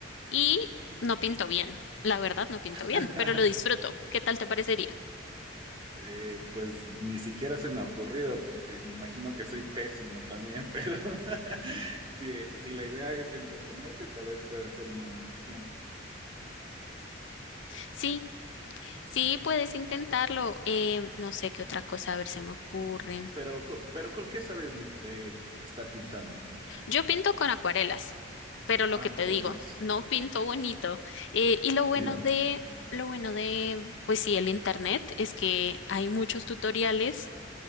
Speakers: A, on the left; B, on the right.
A: y
B: ya.
A: no pinto bien. La verdad, no pinto
B: <laughs>
A: bien, pero lo disfruto. ¿Qué tal te parecería?
B: Eh, pues ni siquiera se me ha ocurrido porque me imagino que soy pésimo también, <laughs> pero <laughs> si, si la idea es entretenerse, tal vez pueda ser una buena opción.
A: Sí, sí, puedes intentarlo. Em, no sé qué otra cosa, a ver, se me ocurre.
B: Pero, co- pero ¿con qué sabes li- eh, estar pintando?
A: Yo pinto con acuarelas, pero lo
B: Ah,
A: que te
B: Corelas.
A: digo, no pinto bonito. Eh, y lo bueno
B: Ya.
A: de, lo bueno de, pues sí, el internet es que hay muchos tutoriales